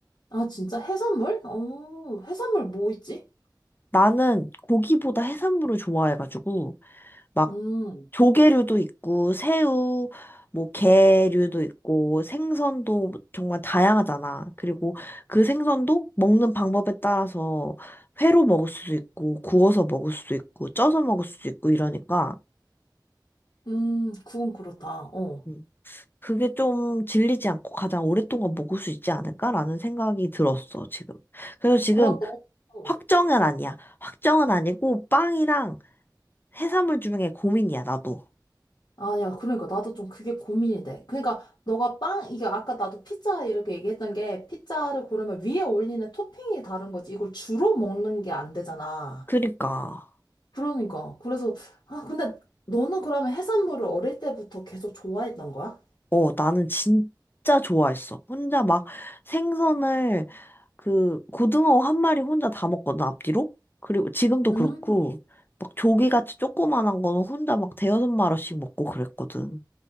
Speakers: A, on the left; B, on the left.
A: 아, 진짜 해산물? 어, 해산물 뭐 있지?
B: 나는 고기보다 해산물을 좋아해가지고 막
A: 음,
B: 조개류도 있고 새우, 뭐 게류도 있고 생선도 정말 다양하잖아. 그리고 그 생선도 먹는 방법에 따라서 회로 먹을 수도 있고 구워서 먹을 수도 있고 쪄서 먹을 수도 있고 이러니까
A: 음, 그건 그렇다. 어.
B: 음, 그게 좀 질리지 않고 가장 오랫동안 먹을 수 있지 않을까라는 생각이 들었어, 지금. 그래서 지금
A: 그럼 너, 어.
B: 확정은 아니야. 확정은 아니고 빵이랑 해산물 중에 고민이야, 나도.
A: 아, 야, 그러니까 나도 좀 그게 고민이 돼. 그러니까 너가 빵, 이게 아까 나도 피자 이렇게 얘기했던 게 피자를 고르면 위에 올리는 토핑이 다른 거지. 이걸 주로 먹는 게 안 되잖아.
B: 그니까.
A: 그러니까. 그래서, 아, 근데 너는 그러면 해산물을 어릴 때부터 계속 좋아했던 거야?
B: 어, 나는 진짜 좋아했어. 혼자 막 생선을 그 고등어 한 마리 혼자 다 먹거든, 앞뒤로. 그리고 지금도
A: 음,
B: 그렇고, 막 조기같이 조그만한 거는 혼자 막 대여섯 마리씩 먹고 그랬거든.